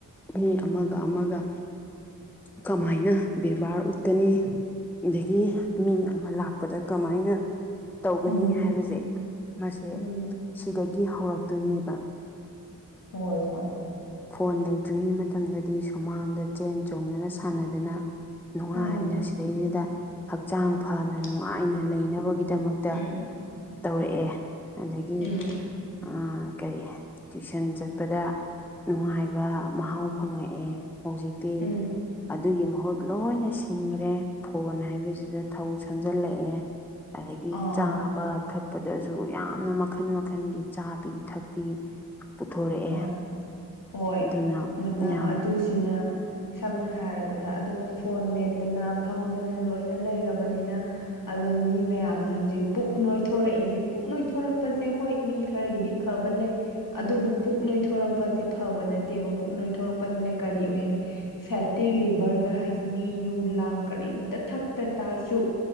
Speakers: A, in the centre; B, on the left.
A: ꯃꯤ ꯑꯃꯒ ꯑꯃꯒ ꯀꯃꯥꯏꯅ ꯕꯦꯕꯥꯔ ꯎꯠꯀꯅꯤ ꯑꯗꯒꯤ ꯃꯤ ꯑꯃ ꯂꯥꯛꯄꯗ ꯀꯃꯥꯏꯅ ꯇꯧꯒꯅꯤ
B: ꯎꯝ
A: ꯍꯥꯏꯕꯁꯦ ꯃꯁꯦ
B: ꯎꯝ
A: ꯁꯤꯗꯒꯤ ꯍꯧꯔꯛꯇꯣꯏꯅꯦꯕꯥ
B: ꯍꯣꯏ ꯍꯣꯏ
A: ꯐꯣꯟ ꯂꯩꯇ꯭ꯔꯤꯉꯩ ꯃꯇꯝꯗꯗꯤ ꯁꯨꯃꯥꯡꯗ ꯆꯦꯟ ꯆꯣꯡꯗꯅ ꯁꯥꯟꯅꯗꯅ ꯅꯨꯡꯉꯥꯏꯅ
B: ꯎꯝ
A: ꯁꯤꯗꯩꯗ ꯍꯛꯆꯥꯡ
B: ꯎꯝ
A: ꯐꯅ ꯅꯨꯡꯉꯥꯏꯅ ꯂꯩꯅꯕꯒꯤꯗꯃꯛꯇ
B: ꯎꯝ
A: ꯇꯧꯔꯛꯑꯦ ꯑꯗꯒꯤ
B: ꯎꯝ
A: ꯑꯥ ꯀꯔꯤ ꯇ꯭ꯌꯨꯁꯟ ꯆꯠꯄꯗ ꯅꯨꯡꯉꯥꯏꯕꯥ ꯃꯍꯥꯎ ꯐꯪꯉꯛꯑꯦ ꯍꯧꯖꯤꯛꯇꯤ
B: ꯎꯝ
A: ꯑꯗ ꯗꯨꯒꯤ ꯃꯍꯨꯠ ꯂꯣꯏꯅ ꯁꯤꯟꯒ꯭ꯔꯦ ꯐꯣꯟ ꯍꯥꯏꯕꯁꯤꯗ ꯊꯧ ꯁꯝꯖꯤꯜꯂꯛꯑꯦ ꯑꯗꯒꯤ
B: ꯑꯥ
A: ꯆꯥꯕ ꯊꯛ ꯄꯗꯁꯨ ꯌꯥꯝꯅ ꯃꯈꯟ ꯃꯈꯟꯒꯤ ꯆꯥꯕꯤ ꯊꯛꯄꯤ ꯄꯨꯊꯣꯔꯛꯑꯦ
B: ꯍꯣꯏ ꯍꯣꯏ
A: ꯑꯗꯨꯅ
B: <unintelligible>
A: ꯌꯥꯝ
B: ꯑꯗꯨꯁꯤꯅ ꯁꯝꯅ ꯍꯥꯏꯔꯕꯗ ꯑꯗꯨꯅ ꯐꯣꯟ ꯃꯦꯠꯇꯅ ꯐꯝꯗꯅ ꯂꯣꯏꯅ ꯂꯩꯔꯕꯅꯤꯅ ꯑꯗꯨ <unintelligible> ꯃꯤ ꯃꯌꯥꯝꯅ ꯍꯨꯖꯤꯛ ꯄꯨꯛ ꯅꯣꯏꯊꯣꯔꯛꯏꯁꯦ ꯄꯨꯛ ꯅꯣꯏꯊꯣꯔꯛ ꯄꯁꯦ ꯍꯣꯏ ꯃꯤ ꯈꯔꯒꯤꯗꯤ ꯐꯕ ꯂꯩ ꯑꯗꯨꯕꯨꯞ ꯄꯨꯛ ꯅꯣꯏꯊꯣꯔꯛꯄꯁꯦ ꯐꯕ ꯅꯠꯇꯦꯕꯥ ꯄꯨꯛ ꯅꯣꯏꯊꯣꯔꯛꯄꯁꯤꯅ ꯀꯔꯤ ꯑꯣꯏꯍꯜꯂꯦ ꯐꯦꯠꯇꯤ ꯂꯤꯚꯔ ꯗꯍꯥꯏꯁꯦ ꯃꯤ ꯌꯨ ꯂꯥꯡ ꯀꯔꯤꯝꯇ ꯊꯛꯇ ꯇꯥꯔꯁꯨ